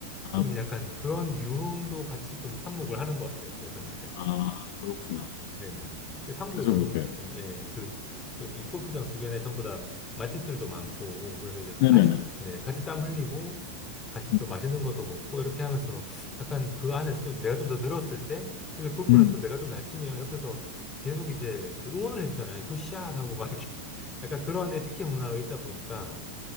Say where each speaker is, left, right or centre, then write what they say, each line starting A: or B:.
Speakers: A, on the left; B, on the left.
A: 좀
B: 아,
A: 약간 그런 유흥도 같이 좀 한몫을 하는 것 같아요. 제가 생각할 땐.
B: 아, 그렇구나.
A: 네네네. 그래서 한국에서는
B: 그래서 그렇게.
A: 뭐 좀, 예, 그, 좀 이 골프장 주변에 전부 다 맛집들도 많고, 그래서 이제
B: 네네네.
A: 같이, 네, 같이 땀 흘리고, 같이
B: 음.
A: 또 맛있는 것도 먹고, 이렇게 하면서 약간 그 안에서 또 내가 좀 더 늘었을 때, 근데 골프는
B: 음.
A: 또 내가 좀 잘 치면 옆에서 계속 이제 그 응원을 해주잖아요. 굿샷 하고 막 이렇게. <laughs> 약간 그런 에티켓 문화가 있다 보니까,